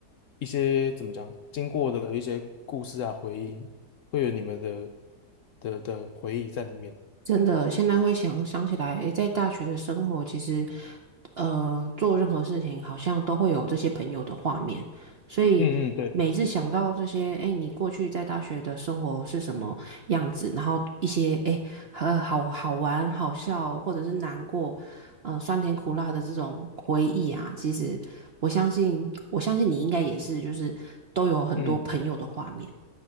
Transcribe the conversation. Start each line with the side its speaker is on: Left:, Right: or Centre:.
Left: 一些怎么讲，经过的一些故事啊、回忆，会有你们的的的回忆在里面。
Right: 真的，现在会想想起来，诶，在大学的生活，其实，呃，做任何事情好像都会有这些朋友的画面，所以每次想到这些，
Left: 嗯嗯，对对，
Right: 诶，你过去在大学的生活是什么样子，然后一些，诶，呃，好好玩、好笑，或者是难过，呃，酸甜苦辣的这种回忆啊，其实我相信，我相信你应该也是，就是都有很多朋友的画面，
Left: 嗯，